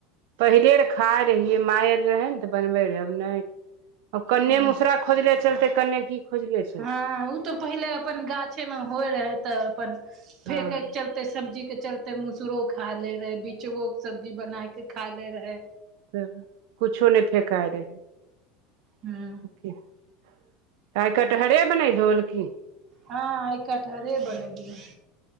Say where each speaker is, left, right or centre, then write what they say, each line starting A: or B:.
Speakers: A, on the right; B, on the right.
A: पहिले आर खाय रहियै माय आ रहै ने तऽ बनबै रहैब नहि कन्ने
B: हँ
A: मूसरा खोजले चलते कन्ने की खोजले चलते
B: हँ उ तऽ पहिले अपन गाछे मे होइ रहे तऽ अपन फेेके
A: हँ
B: के चलते ओतेक सब्जीके चलते मसुरो खा लै रहै बिचबोके सब्जी बनाके खाय लै रहै
A: तऽ कुछो नहि फेकाय रहै,
B: हू
A: तइ कटहरे बनैले रोहो की
B: हँ आइ कटहरे बनेलिय